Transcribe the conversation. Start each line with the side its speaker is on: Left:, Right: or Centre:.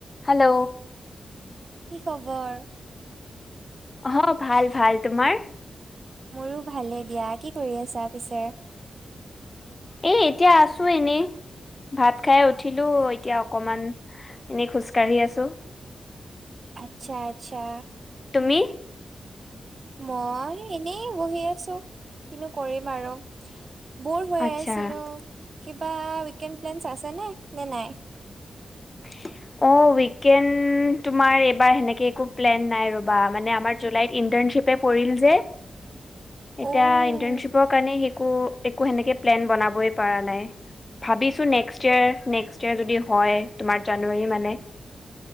Left: Hello.
Right: কি খবৰ?
Left: অ ভাল ভাল তোমাৰ?
Right: মোৰো ভালে দিয়া কি কৰি আছা পিছে?
Left: এ এতিয়া আছোঁ এনেই। ভাত খাই উঠিলোঁ এতিয়া অকমান এনেই খোজকাঢ়ি আছোঁ।
Right: আচ্ছা আচ্ছা।
Left: তুমি।
Right: মই এনেই বহি আছোঁ কিনো কৰিম আৰু। বৰ হৈ
Left: আচ্ছা
Right: আছিলোঁ কিবা উকেণ্ড প্লেন আছে নে নে নাই।
Left: <unintelligible> অ উইকেণ্ড তোমাৰ এইবাৰ হেনেকে একো প্লেন নাই ৰবা মানে আমাৰ জুলাইত ই ইনচেপে পৰিল‌ যে এতিয়া
Right: অ'
Left: ইনটেন চিপৰ কাৰণে শিকোঁ। একো সেনেকে প্লেন বনাবই পাৰা নাই। ভাবিছোঁ নেকচতেয়াৰ নেকচতেয়াৰ যদি হয় তোমাৰ জানুৱাৰী মানে।